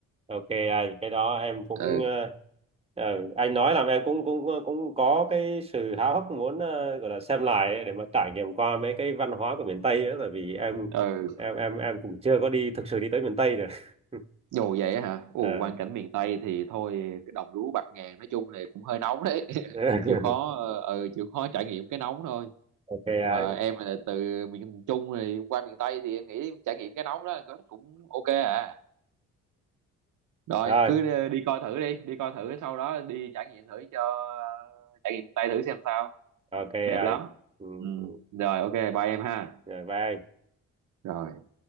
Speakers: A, on the right; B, on the right.
A: Ok anh, cái đó em cũng
B: ừ
A: ờ, ờ, anh nói làm em cũng cũng cũng có cái sự háo hức muốn ờ, gọi là xem lại ấy, để mà trải nghiệm qua mấy cái văn hóa của miền Tây ấy, tại vì em
B: ừ
A: em em em cũng chưa có đi thực sự đi tới miền Tây được. <laughs>
B: dù vậy á hả ồ
A: Ờ.
B: quang cảnh miền Tây thì thôi cái đồng lúa bạc ngàn nói chung thì cũng hơi nóng đấy
A: <laughs>
B: <laughs> chịu khó ờ, ừ chịu khó trải nghiệm cái nóng thôi
A: ok
B: mà
A: anh.
B: em là từ miền Trung rồi qua miền Tây thì em nghĩ trải nghiệm cái nóng đó cũng cũng ok à rồi
A: Rồi,
B: cứ đi, đi coi thử đi đi coi thử sau đó đi trải nghiệm thử cho trải nghiệm Tây thử xem sao
A: ok
B: đẹp lắm
A: anh. Ừ,
B: ừ
A: ừ.
B: rồi ok bye em ha
A: rồi bye anh.
B: Rồi.